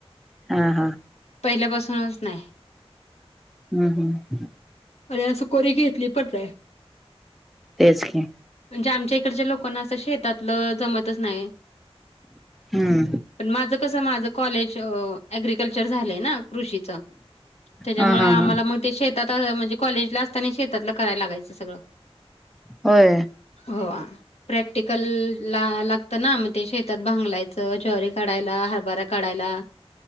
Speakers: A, in the centre; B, on the left (about 80°).
A: हा हा.
B: पहिल्या पासूनच नाही.
A: हम्म हम
B: अरे असं कोणी घेतली पण नाय
A: तेच की
B: म्हणजे आमच्या इकडच्या लोकांना असं शेतातलं जमतच नाय
A: हम्म
B: पण माझं कसं माझं कॉलेज ॲग्रिकल्चर झालंय ना कृषीचं त्याच्यामुळे
A: हा हा
B: आम्हाला
A: हा
B: मग शेतात म्हणजे कॉलेजला असताना शेतातला करायला लागायचं सगळं
A: होय?
B: हो प्रॅक्टिकल ला लाग त ना मग ते शेतात भांगलायचं ज्वारी काढायला हरबरा काढायला